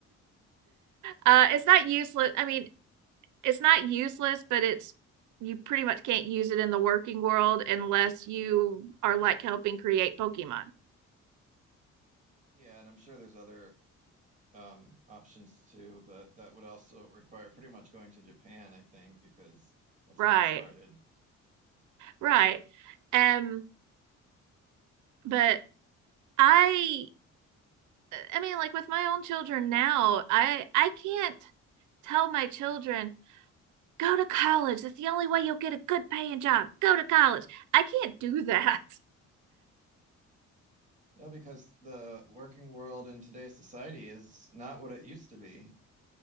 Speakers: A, on the right (about 75°); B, on the right (about 25°).
A: Uh, it's not useless. I mean, it's not useless, but it's you pretty much can't use it in the working world unless you are like helping create Pokemon.
B: Yeah, and I'm sure there's other um, options too, but that would also require pretty much going to Japan, I think, because that's
A: Right.
B: where it started.
A: Right. Um, but I I mean, like with my own children now, I I can't tell my children go to college. That's the only way you'll get a good paying job. Go to college. I can't do that.
B: Yeah, because the working world in today's society is not what it used to be.